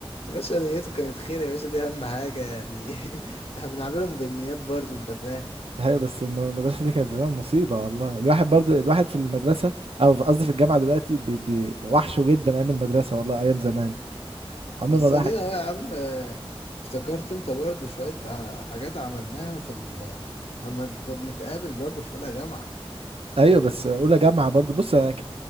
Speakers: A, on the left; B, on the right.
A: يا باشا نيته كانت خير يا باشا دي اهم حاجة يعني <laughs> احنا بنعملهم بالنيات برضو انت فاهم
B: هي بس الم- المدرسة دي كانت زمان مصيبة والله الواحد برضو الواحد في المدرسة أو في- قصدي في الجامعة دلوقتي بي بي وحشه جدا أيام المدرسة والله أيام زمان عمر
A: بس
B: ما الواحد
A: ادينا اهو يا عم آه، افتكرت انت برضو شوية آه، حاجات عملناها في ال اما كنا بنتقابل برضو في اولى جامعة
B: أيوة بس أولى جامعة برضو بص أنا ك-